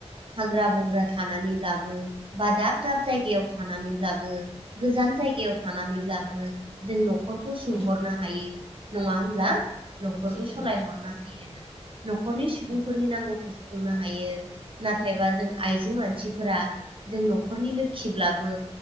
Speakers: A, on the right; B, on the left.
A: हाग्रा बंग्रा थानानैब्लाबो बा दाब दाब जायगायाव थानानैब्लाबो गोजान जायगायाव थानानै बो जोंर नखरखौ सोंहरनो
B: औ
A: हायो नङा होनब्ला
B: औ
A: न'खरखौ
B: सैथो
A: सालायहरनो
B: खोथा
A: हायो न'खरनि सुबुंफोरनि
B: औ
A: नांगौखौ संनो हायो नाथायबा जों आइजो मानसिफोरा जों न'खरनि लोखिब्लाबो